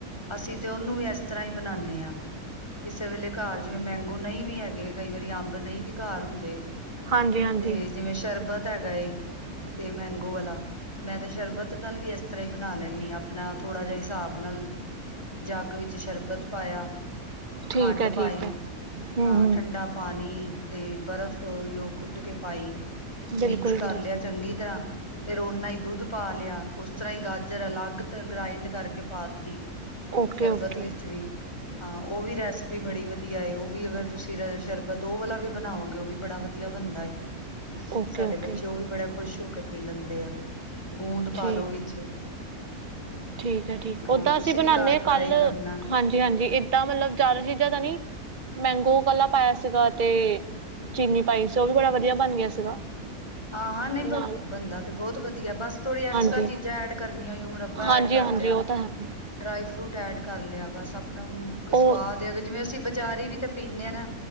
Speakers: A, on the left; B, on the right.
A: ਅਸੀਂ ਤੇ ਉਹਨੂੰ ਵੀ ਇਸ ਤਰਾਂ ਹੀ ਬਣਾਦੇ ਹਾਂ। ਕਿਸੇ ਵੇਲੇ ਘਰ ਜਿਵੇਂ ਮੈਂਗੋ ਨਹੀਂ ਵੀ ਹੈਗੇ, ਕਈ ਵਾਰੀ ਅੰਬ ਨਹੀਂ ਵੀ ਘਰ ਹੁੰਦੇ।
B: ਹਾਂਜੀ ਹਾਂਜੀ
A: ਤੇ ਜਿਵੇਂ ਸ਼ਰਬਤ ਹੈਗਾ ਏ, ਅਤੇ ਮੈਂਗੋ ਵਾਲਾ ਮੈਂ ਤੇ ਸ਼ਰਬਤ ਨਾਲ ਵੀ ਇਸ ਤਰਾਂ ਹੀ ਬਣਾ ਲੈਂਦੀ ਹਾਂ, ਆਪਣਾ ਥੋੜਾ ਜਿਹਾ ਹਿਸਾਬ ਨਾਲ। ਜੱਗ ਵਿੱਚ ਸ਼ਰਬਤ ਪਾਇਆ,
B: ਠੀਕ
A: ਖੰਡ
B: ਹੈ
A: ਪਾਈ
B: ਠੀਕ ਹੈ ਹੂੰ
A: ਆ
B: ਹੂੰ
A: ਠੰਡਾ ਪਾਣੀ ਤੇ ਬਰਫ਼, ਉਹੀ ਉਹ ਕੁੱਟ ਕੇ ਪਾਈ
B: ਬਿਲਕੁਲ
A: ਮਿਕਸ ਕਰ
B: ਬਿਲਕੁਲ
A: ਲਿਆ ਚੰਗੀ ਤਰਾਂ। ਫੇਰ ਉਹਨਾ ਹੀ ਦੁੱਧ ਪਾ ਲਿਆ ਉਸ ਤਰਾਂ ਹੀ ਗਾਜਰ ਅਲੱਗ ਗ੍ਰਾਇੰਡ ਕਰਕੇ ਪਾਤੀ।
B: ਓਕੇ
A: ਸ਼ਰਬਤ
B: ਓਕੇ
A: ਵਿੱਚ ਵੀ। ਹਾਂ ਉਹ ਵੀ ਰੈਸਿਪੀ ਬੜੀ ਵਧੀਆ ਐ, ਉਹ ਵੀ ਅਗਰ ਤੁਸੀਂ ਸ਼ਰਬਤ ਉਹ ਵਾਲਾ ਵੀ ਬਣਾਓਗੇ ਉਹ ਵੀ ਬੜਾ ਵਧੀਆ ਬਣਦਾ ਏ,
B: ਓਕੇ
A: ਸਾਡੇ
B: ਓਕੇ
A: ਬੱਚੇ ਉਹ ਵੀ ਬੜੇ ਖੁਸ਼ ਹੋ ਕੇ ਪੀ ਲੈਂਦੇ ਆ। ਗੂੰਦ ਪਾਲੋ
B: ਠੀਕ
A: ਵਿੱਚ।
B: ਠੀਕ ਹੈ ਠੀਕ,
A: ਹਾਂ
B: ਓਦਾਂ
A: ਤੁਸੀਂ
B: ਅਸੀਂ
A: ਵੀ
B: ਬਣਾਂਦੇ
A: ਘਰ
B: ਆ,
A: ਟਰਾਈ
B: ਕੱਲ
A: ਕਰਨਾ
B: ਹਾਂਜੀ- ਹਾਂਜੀ ਏਦਾਂ ਮਤਲਬ ਜ਼ਿਆਦਾ ਚੀਜ਼ਾਂ ਤਾਂ ਨਹੀਂ ਮੈਂਗੋ ਕਲਾ ਪਾਇਆ ਸੀਗਾ ਤੇ ਚੀਨੀ ਪਾਈ ਸੀ, ਓਹ ਵੀ ਬੜਾ ਵਧੀਆ ਬਣ ਗੇਆ ਸੀਗਾ।
A: ਹਾਂ- ਹਾਂ ਨਈ
B: ਨਾਲ
A: ਬ ਬੰਨਦਾ ਤੇ ਬੋਤ ਵੱਧੀਆ, ਬਸ ਥੋੜ੍ਹੀ ਐਕਸਟਰਾ
B: ਹਾਂਜੀ
A: ਚੀਜ਼ਾਂ ਐਡ ਕਰਨੀਆਂ ਓ ਮਤਲਬ। ਐਡ
B: ਹਾਂਜੀ
A: ਕਰ
B: ਹਾਂਜੀ
A: ਲੇਆ,
B: ਉਹ ਤਾਂ ਹੈ
A: ਡਰਾਈ- ਫਰੂਟ ਐਡ ਕਰ ਲੇਆ, ਬਸ ਆਪਣਾ
B: ਉਹ
A: ਸਵਾਦ ਜਿਵੇਂ ਅਸੀਂ ਬਜ਼ਾਰੀ ਵੀ ਤਾਂ ਪੀਂਦੇ ਹਾਂ ਨਾ,